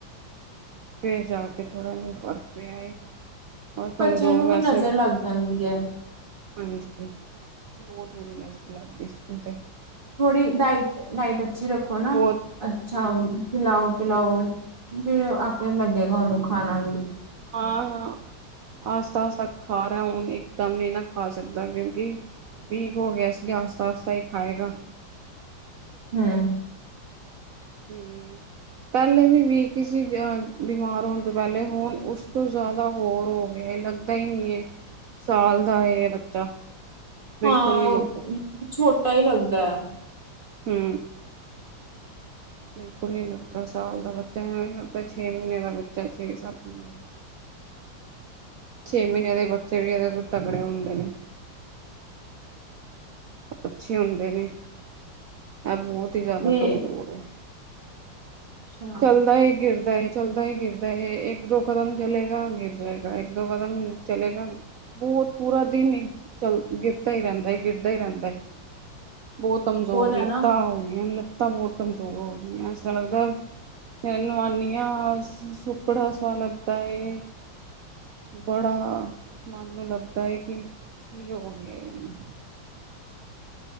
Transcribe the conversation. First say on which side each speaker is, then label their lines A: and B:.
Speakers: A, on the right; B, on the right.
A: ਫਿਰ ਜਾ ਕੇ ਥੋੜ੍ਹਾ ਇਹਨੂੰ ਫਰਕ ਪਿਆ। ਔਰ ਕਮਜ਼ੋਰ
B: ਬੱਚਿਆਂ ਨੂੰ
A: ਵੈਸੇ
B: ਵੀ ਨਜ਼ਰ
A: ਤਾਂ
B: ਲੱਗ ਜਾਂਦੀ ਹੈ।
A: ਹਾਂਜੀ ਬਹੁਤ ਬੁਰੀ ਨਜ਼ਰ ਲੱਗ ਗਈ ਸੀ ਤੇ।
B: ਥੋੜੀ ਡਾਇਟ ਡਾਇਟ ਅੱਛੀ ਰੱਖੋ ਨਾ,
A: ਬਹੁਤ
B: ਅੱਛਾ। ਖਿਲਾਓ-ਪਿਲਾਓ ਫਿਰ ਆਪ। ਫਿਰ ਲੱਗੇਗਾ ਉਹਨੂੰ, ਖਾਣਾ ਵੀ।
A: ਹਾਂ-ਹਾਂ, ਅਸਤਾ- ਸਤਾ ਖਾ ਰਿਹਾ ਹੁਣ ਇਕਦਮ ਨਹੀਂ ਨਾ ਖਾ ਸਕਦਾ, ਕਿਉਂਕਿ ਵੀਕ ਹੋ ਗਿਆ ਸੀ ਅਸਤਾ-ਅਸਤਾ ਹੀ ਖਾਏਗਾ।
B: ਹੂੰ।
A: ਹੂੰ, ਪਹਿਲੇ ਵੀ ਵੀਕ ਸੀ ਬਿਮਾਰ ਹੋਣ ਤੋਂ ਪਹਿਲੇ ਹੁਣ ਉਸ ਤੋਂ ਜ਼ਿਆਦਾ ਹੋਰ ਹੋ ਗਿਆ, ਲੱਗਦਾ ਹੀ ਨਹੀਂ ਹੈ ਸਾਲ ਦਾ ਇਹ ਹੈ ਬੱਚਾ। ਬਿਲਕੁਲ
B: ਹਾਂ
A: ਨਹੀਂ ਲੱਗਦਾ
B: ਛੋਟ ਟਾ ਹੀ ਲੱਗਦਾ।
A: ਹੂੰ। ਬਿਲਕੁਲ, ਨੀ ਲੱਗਦਾ ਸਾਲ ਦਾ ਬੱਚਾ ਇਜ ਲੱਗਦਾ ਛੇ ਮਹੀਨੇ ਦਾ ਬੱਚਾ ਛੇ- ਸੱਤ ਮਹੀਨੇ ਦਾ ਛੇ ਮਹੀਨੇ ਦੇ ਬੱਚੇ ਵੀ ਇਹਦੇ ਕੋਲ ਤਕੜੇ ਹੁੰਦੇ ਨੇ। ਅੱਛੇ ਹੁੰਦੇ ਨੇ। ਇਹ ਬਹੁਤ ਹੀ ਜ਼ਿਆਦਾ
B: ਇਹ
A: ਕਮਜ਼ੋਰ ਏ।
B: ਅੱਛਾ
A: ਚਲਦਾ ਗਿਰਦਾ ਏ। ਚੱਲਦਾ ਹੀ ਗਿਰਦਾ ਹੈ ਇੱਕ-ਦੋ ਕਦਮ ਚਲੇਗਾ ਗਿਰ ਜਾਏਗਾ ਇੱਕ-ਦੋ ਕਦਮ ਚਲੇਗਾ, ਬਹੁਤ ਪੂਰਾ ਦਿਨ ਚੱਲ, ਗਿਰਦਾ ਹੀ ਰਹਿੰਦਾ ਹੈ, ਗਿਰਦਾ ਹੀ ਰਹਿੰਦਾ ਹੈ। ਬਹੁਤ ਕਮਜ਼ੋਰ
B: ਹੈ
A: ਲੱਤਾਂ
B: ਨਾ
A: ਹੋਗਿਆਂ ਲੱ ਲਤਾ ਬਹੁਤ ਕਮਜ਼ੋਰ ਹੋ ਗਈਆਂ, ਐਸਾ ਲੱਗਦਾ ਨਵਾਨਿਆ ਸੁੱਕੜਾ ਸ ਲੱਗਦਾ ਹੈ, ਬੜਾ ਮਨ ਨੂੰ ਲੱਗਦਾ ਹੈ ਕਿ ਕੀ ਹੋ ਗਿਆ ਇਹਨੂੰ।